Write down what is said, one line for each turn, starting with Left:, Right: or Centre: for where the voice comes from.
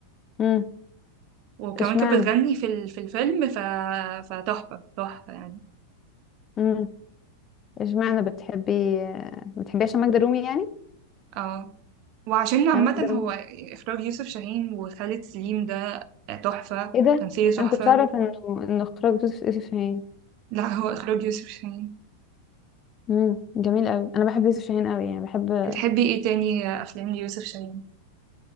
Left: امم
Right: وكمان
Left: اشمعنى
Right: كانت بتغني في ال- في الفيلم ف فتحفة تحفة يعني
Left: امم اشمعنى بتحبي بتحبي عشان ماجدة الرومي يعني
Right: اه وعشان عامة
Left: يا ماجدة الرومي
Right: هو اخراج يوسف شاهين وخالد سليم ده تحفة
Left: ايه ده
Right: تمثيل تحفة
Left: انا مكنتش اعرف انه انه اخراج يوسف يوسف شاهين
Right: لا هو اخراج يوسف شاهين
Left: امم جميل قوي انا بحب يوسف شاهين قوي يعني بحب
Right: بتحبي ايه تاني افلام ليوسف شاهين